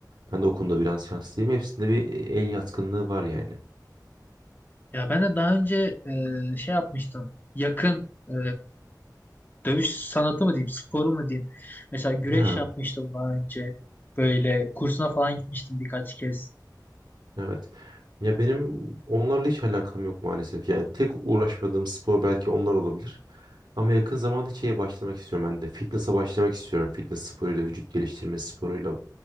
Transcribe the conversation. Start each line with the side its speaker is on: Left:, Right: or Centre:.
Right: Ben de o konuda biraz şanslıyım. Hepsinde bir e, el yatkınlığı var yani.
Left: Ya ben de daha önce e, şey yapmıştım yakın e, dövüş sanatı mı diyeyim sporu mu diyeyim. Mesela güreş
Right: Ya,
Left: yapmıştım daha önce böyle kursuna falan gitmiştim birkaç kez.
Right: evet. Ya benim onlarla hiç alakam yok maalesef. Yani tek uğraşmadığım spor belki onlar olabilir. Ama yakın zamanda şeye başlamak istiyorum ben de. Fitness'a başlamak istiyorum. Fitness sporuyla, vücut geliştirme sporuyla